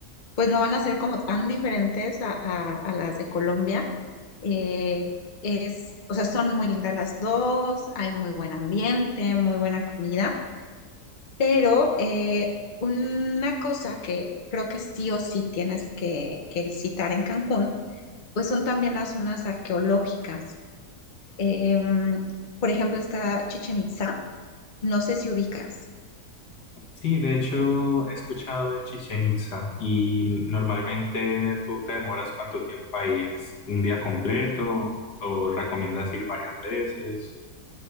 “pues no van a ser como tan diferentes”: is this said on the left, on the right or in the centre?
Left